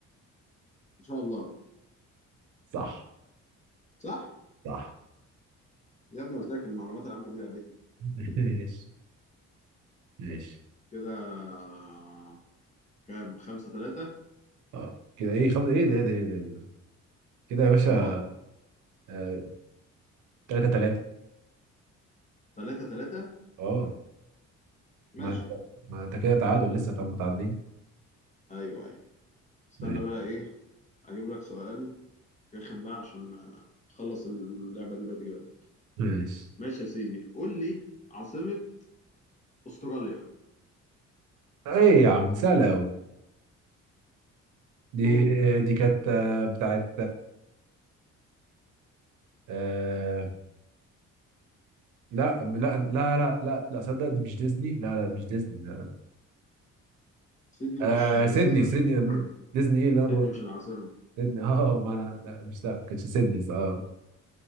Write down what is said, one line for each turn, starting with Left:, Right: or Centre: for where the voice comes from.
Left: إن شاء الله
Right: صح
Left: صح؟
Right: صح
Left: يا ابني قلت لك المعلومات العامة دي لعبتي
Right: <laughs> ماشي ماشي
Left: كده آه، كام خمسة ثلاثة
Right: اه كده ايه خمسة ايه ده ايه ده ايه ده إيه ده؟ كده يا باشا
Left: مار
Right: آه، تلاتة تلاتة
Left: ثلاثة ثلاثة
Right: اه
Left: ماشي
Right: ما انت ما انت كده تعادل لسه طب متعادلين
Left: أيوه أيوه استنى
Right: ماشي
Left: بقى إيه أجيب لك سؤال رخم بقى عشان آه، اخلص اللعبه دي بدري بدري
Right: ماشي.
Left: ماشي يا سيدي قول لي عاصمه استراليا
Right: ايه يا عم سهلة أوي دي
Left: قول
Right: دي كانت آه، بتاعت آه لا لا لا لا لا لا صدق دي مش ديزني لا لا مش ديزني لا
Left: سيدني
Right: آه
Left: مش
Right: سيدني
Left: سيدني
Right: سيدني
Left: مش العاصمه
Right: ديزني ايه اللي انا
Left: سيدني
Right: بقول
Left: مش العاصمه
Right: سيدني <laughs> اه ما انا لا مش لا ما كانتش سيدني اه